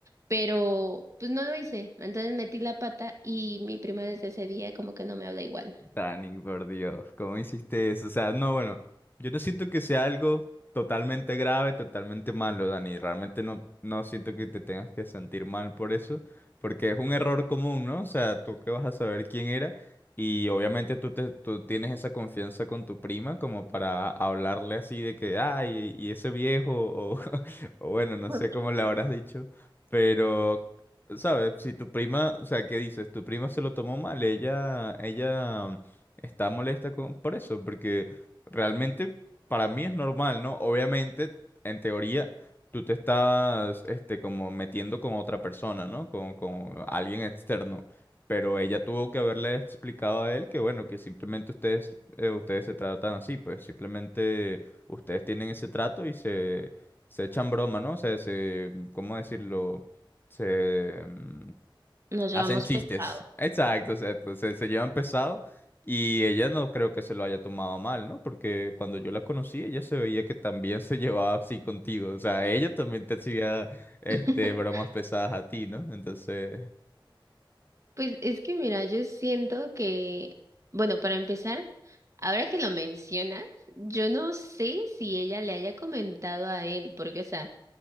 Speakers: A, on the right; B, on the left.
A: Pero pues no lo hice. Entonces metí la pata y mi prima desde ese día como que no me habla igual.
B: Dani, por Dios, ¿cómo hiciste eso? O sea, no, bueno, yo no siento que sea algo totalmente grave, totalmente malo, Dani. Realmente no, no siento que te tengas que sentir mal por eso, porque es un error común, ¿no? O sea, tú que vas a saber quién era y obviamente tú, te, tú tienes esa confianza con tu prima como para hablarle así de que, ay, y ese viejo, o, <laughs> o bueno, no
A: <laughs>
B: sé cómo le habrás dicho, pero... ¿Sabes? Si tu prima, o sea, ¿qué dices? Tu prima se lo tomó mal, ella, ella mm, está molesta con, por eso, porque realmente para mí es normal, ¿no? Obviamente, en teoría, tú te estás, este, como metiendo con otra persona, ¿no? Con, con alguien externo. Pero ella tuvo que haberle explicado a él que, bueno, que simplemente ustedes, eh, ustedes se tratan así, pues simplemente ustedes tienen ese trato y se, se echan broma, ¿no? O sea, se, ¿cómo decirlo? se mm,
A: Nos
B: hacen
A: llevamos
B: chistes.
A: pesado.
B: Exacto, exacto. Se, se llevan pesado y ella no creo que se lo haya tomado mal, ¿no? Porque cuando yo la conocí, ella se veía que también se <laughs> llevaba así contigo. O sea, ella también te hacía este
A: <laughs>
B: bromas pesadas a ti, ¿no? Entonces,
A: Pues es que mira, yo siento que, bueno, para empezar, ahora que lo mencionas, yo no sé si ella le haya comentado a él, porque, o sea,